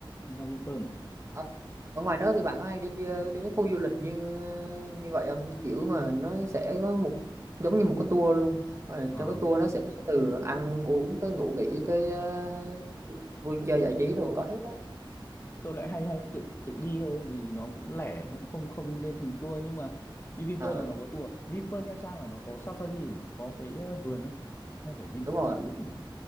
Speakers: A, on the left; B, on the right.
A: ra Vinpearl à?
B: Ở ở ngoài nước thì bạn có hay đi ờ, đi mấy khu du lịch như như vậy không? Kiểu mà nó sẽ có một giống như một cái tour luôn. Rồi
A: Ờ.
B: trong cái tour nó sẽ có từ ăn uống tới ngủ nghỉ tới ờ, vui chơi giải trí rồi có hết á.
A: tôi lại hay hay tự tự đi hơn vì nó cũng lẻ nó cũng không không nên thành tour nhưng mà đi Vinpearl
B: Ờ,
A: là nó có tour à? Vinpearl Nha Trang là nó có safari không nhỉ có cái ờ, vườn không hay phải Vinpearl
B: đúng rồi,
A: Phú Quốc nhỉ